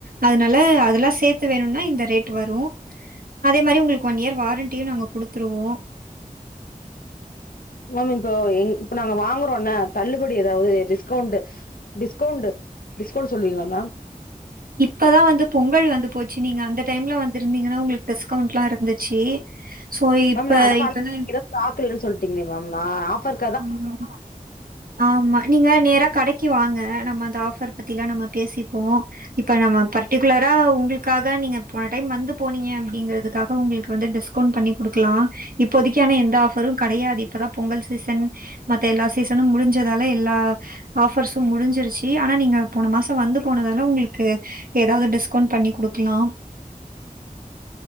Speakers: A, on the right; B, on the left.
A: அதுனால அதெல்லா சேத்து வேணுனா இந்த ரேட்டு வரு அதே மாரி உங்ளுக்கு ஒன் இயர் வாரண்ட்டியு நாங்க குடுத்துருவோ
B: மேம் இப்போ எங் இப்ப நாங்க வாங்குறோன தள்ளுபடி ஏதாவது டிஸ்கவுண்டு டிஸ்கவுண்டு டிஸ்கவுண்ட் சொல்றீங்ளா மேம்
A: இப்பதா வந்து பொங்கல் வந்து போச்சு நீங்க அந்த டைம்ல வந்திர்ந்தீங்கனா உங்ளுக்கு டிஸ்கவுண்ட்லா இருந்திச்சி சோ இப்ப
B: மேம் நா அதா
A: இப்பதா
B: ஏதோ ஸ்டாக் இல்லன் சொல்ட்டீங்ளே மேம் நா ஆஃபர்
A: ஆமாங்க அமனா ஆமா நீங்க நேரா கடைக்கி வாங்க நம்ம அந்த ஆஃபர் பத்திலா நம்ம பேசிப்போ இப்ப நம்ம பர்டிகுலரா உங்ளுக்காக நீங்க போன டைம் வந்து போனீங்க அப்டிங்றதுக்காக உங்ளுக்கு வந்து டிஸ்க் கவுண்ட் பண்ணி குடுக்லா இப்போதிக்கி அனா எந்த ஆஃபரு கடையாது இப்பதா பொங்கல் சீசன் மத்த எல்லா சீசனு முடிஞ்சதால எல்லா ஆஃபர்ஸு முடிஞ்சிருச்சு ஆனா நீங்க போன மாசம் வந்து போனதால உங்ளுக்கு ஏதாவது டிஸ்கவுண்ட் பண்ணி குடுக்லாம்